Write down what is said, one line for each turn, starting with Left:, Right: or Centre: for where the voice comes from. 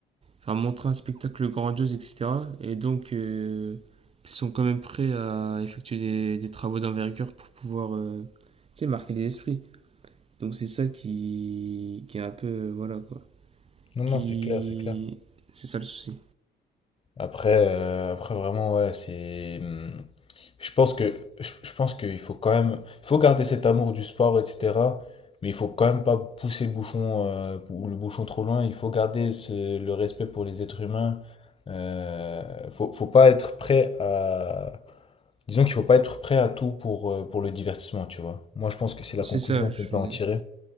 Right: enfin, montrer un spectacle grandiose, etc. Et donc, euh, ils sont quand même prêts à effectuer des, des travaux d'envergure pour pouvoir, euh, tu sais, marquer les esprits. Donc, c'est ça qui, qui est un peu, euh, voilà, quoi.
Left: Non,
Right: Qui...
Left: non, c'est clair, c'est clair.
Right: C'est ça le souci.
Left: Après, euh, après vraiment, ouais, c'est... hmm, Je pense que je, je pense qu'il faut quand même il faut garder cet amour du sport, etc. Mais il faut quand même pas pousser le bouchon euh, ou le bouchon trop loin. Il faut garder ce- le respect pour les êtres humains. Euh, faut, faut pas être prêt à disons qu'il faut pas être prêt à tout pour euh, pour le divertissement, tu vois. Moi, je pense que c'est la
Right: C'est
Left: conclusion
Right: ça, je
Left: qu'on
Right: suis...
Left: peut en tirer,